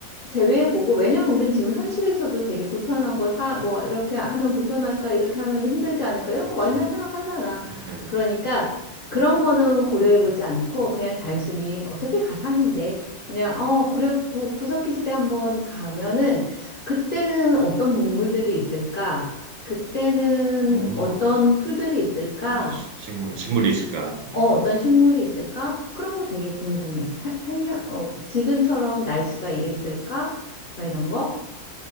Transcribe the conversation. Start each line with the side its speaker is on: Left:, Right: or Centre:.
Left: 제외해보고 왜냐면 우린 지금 현실에서도 되게 불편한 거 사 뭐 이렇게 하면 불편할까 이렇게 하면 힘들지 않을까 이런
Right: 그렇지.
Left: 거 맨날
Right: 음,
Left: 생각하잖아.
Right: 음,
Left: 그러니까 그런
Right: 음,
Left: 거는 고려해보지 않고 그냥 단순히 어차피 가상인데 그냥 어 고려 구,
Right: 음.
Left: 구석기 시대 한번 가면은 그때는 어떤 동물들이 있을까? 그때는
Right: 음,
Left: 어떤 풀들이 있을까?
Right: 어떤 시- 식물 식물이 있을까? 음.
Left: 어, 어떤 식물이 있을까? 그런 거 되게 궁금해. 사, 생각, 어, 지금처럼 날씨가 이랬을까? 막 이런 거?